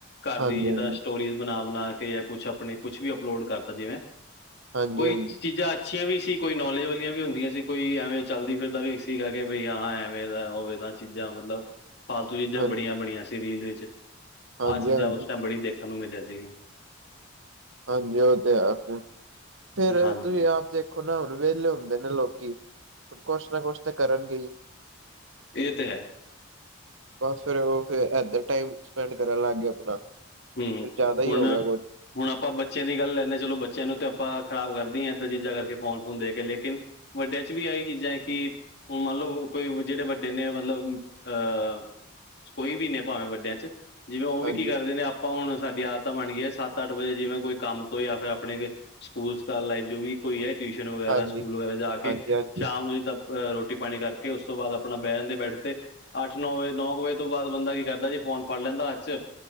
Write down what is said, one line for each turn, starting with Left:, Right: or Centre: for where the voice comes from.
Left: ਘਰ
Right: ਹਾਂਜੀ,
Left: ਦੀ ਜਿੱਦਾਂ
Right: ਹਾਂਜੀ,
Left: ਸਟੋਰੀ ਬਣਾ-ਬਣਾ ਕੇ, ਜਾਂ ਕੁਛ ਆਪਣੇ, ਕੁਛ ਵੀ ਅਪਲੋਡ ਕਰਤਾ ਜਿਵੇਂ
Right: ਹਾਂਜੀ,
Left: ਕੋਈ
Right: ਹਾਂਜੀ।
Left: ਚੀਜ਼ਾਂ ਅੱਛੀਆਂ ਵੀ ਸੀ ਕੋਈ ਨੌਲੇਜ ਵਾਲੀਆਂ ਵੀ ਹੁੰਦੀਆਂ ਸੀ। ਕੋਈ ਐਵੇਂ ਚੱਲਦੀ ਫਿਰਦਾ ਵੀ ਸੀਗਾ ਕਿ ਬਈ ਹਾਂ ਐਵੇਂ ਦਾ ਹੋਵੇ ਤਾਂ। ਚੀਜ਼ਾਂ ਮਤਲਬ ਫਾਲਤੂ ਚੀਜ਼ਾਂ
Right: ਹਾਂ
Left: ਬੜੀਆਂ ਬਣੀਆਂ ਸੀ ਰੀਲ ਵਿੱਚ,
Right: ਹਾਂਜੀ,
Left: ਆਹ ਚੀਜ਼ਾਂ
Right: ਹਾਂਜੀ,
Left: ਓਸ ਟਾਇਮ ਬੜੀ ਦੇਖ ਸਾਨੂੰ ਮਿਲੀਆ ਸੀ।
Right: ਹਾਂਜੀ, ਐ ਤੇ ਆ ਫਿਰ, ਚੱਲ ਰੈਣ
Left: ਹਾਂਜੀ
Right: ਦੋ
Left: ਹੂੰ
Right: ਯਾਰ ਹੁਣ ਨਾ ਹੁਣ ਵੇਹਲੇ ਹੁੰਦੇ ਨੇ ਲੋਕੀ, ਹੁਣ ਕੁਛ ਨਾ ਕੁਛ ਤਾਂ ਕਰਨਗੇ ਈ।
Left: ਏ ਤੇ ਹੈ।
Right: ਬਸ ਫੇਰ ਓ ਐਧਰ ਟਾਈਮ ਸਪੈਂਡ ਕਰਨ ਲੱਗਗੇ ਆਪਣਾ।
Left: ਹੂੰ-ਹੂੰ,
Right: ਫਿਰ ਜ਼ਿਆਦਾ ਹੀ
Left: ਹੁਣ
Right: ਹੋ
Left: ਨਾ।
Right: ਗਿਆ ਕੁਛ
Left: ਹੁਣ ਆਪਾਂ ਬੱਚੇਆਂ ਦੀ ਗੱਲ ਲੈਂਣੇ ਆ, ਚਲੋ ਬੱਚੇਆਂ ਨੂੰ ਤੇ ਆਪਾਂ ਖ਼ਰਾਬ ਕਰਦੇ ਈ ਆਂ, ਏਦਾਂ ਚੀਜ਼ਾਂ ਕਰਕੇ ਫੋਨ-ਫੂਨ ਦੇ ਕੇ ਲੇਕਿਨ ਵੱਡੇਆਂ ਚ ਵੀ ਆਏ ਚੀਜਾਂ ਕਿ ਹੁਣ ਮੰਨ ਲਓ ਕੋਈ ਜੇੜੇ ਵੱਡੇ ਨੇ, ਮਤਲਬ ਅ ਕੋਈ ਵੀ ਨੇ ਭਾਵੇਂ ਵੱਡੇਆਂ ਚ, ਜਿਵੇਂ ਓ ਵੀ
Right: ਹਾਂਜੀ,
Left: ਕੀ ਕਰਦੇ ਨੇ ਆਪ ਆਪਾਂ ਹੁਣ ਸਾਡੀ ਆਦਤਾ ਬਣ ਗੀਆ ਸੱਤ, ਅੱਠ ਵਜੇ, ਜਿਵੇਂ ਕੋਈ ਕੰਮ ਤੋਂ ਜਾਂ ਫੇਰ ਆਪਣੇ ਸਕੂਲ ਸਕ ਲਾਈਫ ਜੋ ਵੀ ਕੋਈ ਐ, ਟਿਊਸ਼ਨ ਵਗੈਰਾ
Right: ਹਾਂਜੀ,
Left: ਸਕੂਲ ਵਗੈਰਾ ਜਾ ਕੇ,
Right: ਹਾਂਜੀ, ਹਾਂਜੀ,
Left: ਸ਼ਾਮ ਨੂੰ ਜਿੱਦਾਂ ਅਹ ਰੋਟੀ-ਪਾਣੀ ਕਰਕੇ ਓਸ ਤੋਂ ਬਾਦ ਆਪਣਾ ਬੈ ਜਾਂਦੇ ਬੈਡ ਤੇ ਅੱਠ, ਨੌ ਵਜੇ ਨੌ ਕੁ ਵਜੇ ਤੋਂ ਬਾਦ ਬੰਦਾ ਕੀ ਕਰਦਾ ਜੀ, ਫੋਨ ਫੜ ਲੈਂਦਾ ਹੱਥ ਚ